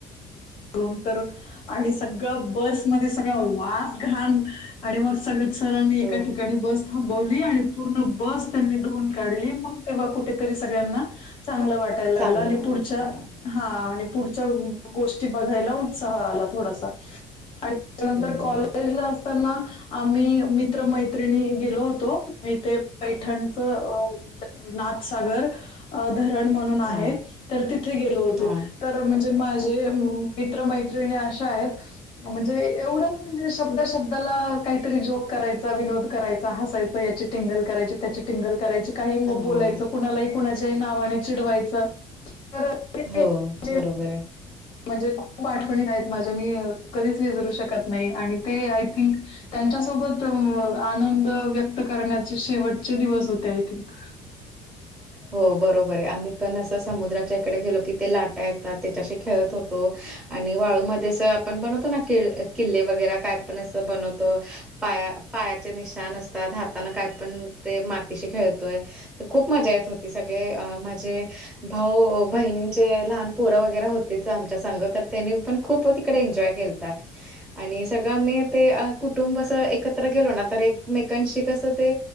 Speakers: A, on the left; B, in the centre.
A: ून तर <unintelligible> आणि सगळं बसमध्ये सगळं वास घाण आणि मग सगळं सरांनी एका
B: हो
A: ठिकाणी बस. थांबवली आणि पूर्ण बस त्यांनी धुवून काढली मग तेव्हा कुठेतरी सगळ्यांना चांगलं वाटलं. यायला
B: चांगलं
A: लागला आणि पुढच्या
B: वाटलं
A: हा पुढच्या गोष्टी बघायला उत्साह आला थोडासा आणि त्यानंतर
B: बरोबर
A: कॉलेजला
B: आहे
A: असताना आम्ही मित्रमैत्रिणी गेलो होतो. तो इथे पैठणच अ नाथसागर अ धरण म्हणून आहे
B: हा
A: तर तिथे गेलो होतो.
B: हा
A: तर म्हणजे माझे मित्रमैत्रिणी अशा आहेत. म्हणजे एवढंच म्हणजे शब्दा शब्दाला काहीतरी जोक करायचा विनोद करायचा हासायच. याची टिंगल करायची त्याची टिंगल करायची काही
B: हो
A: बोलायचं कुणालाही कुणाच्याही नावाने चिडवायचं. तर ते
B: हो
A: जे
B: बरोबर आहे
A: म्हणजे खूप आठवणीत आहेत माझ्या मी कधीच विसरू शकत नाही आणि ते आय थिंक त्यांच्यासोबत आनंद व्यक्त करण्याचे शेवटचे दिवस होते आय थिंक
B: हो बरोबर हे आम्ही पण असं समुद्राच्या इकडे गेलो की ते लाटा येतात त्याच्याशी खेळत होतो. आणि वाळू मध्ये अस आपण बनवतो ना किल् किल्ले वगैरे काय पण असं बनवत. पाया पायाचे निशान असतात हाताने काय पण ते मातीशी खेळतोय. तर खूप मजा येत होती सगळे अ माझे भाऊ बहिणींचे लहान पोरं वगैरे होतेच आमच्या संग तर त्यांनी पण खूप कडे एनजॉय केलता. आणि सगळं म्ी ते कुटुंब अस एकत्र गेलो ना तर एकमेकांशी कसं ते